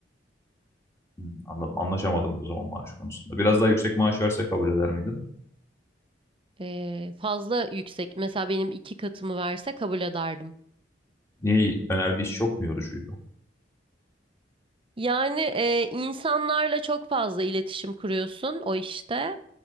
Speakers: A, on the left; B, on the right.
A: Hmm, anladım. Anlaşamadınız o zaman maaş konusunda. Biraz daha yüksek maaş verse kabul eder miydin?
B: E, fazla yüksek. Mesela benim iki katımı verse kabul ederdim.
A: Niye önerdiği iş çok mu yorucuydu?
B: Yani e, insanlarla çok fazla iletişim kuruyorsun o işte.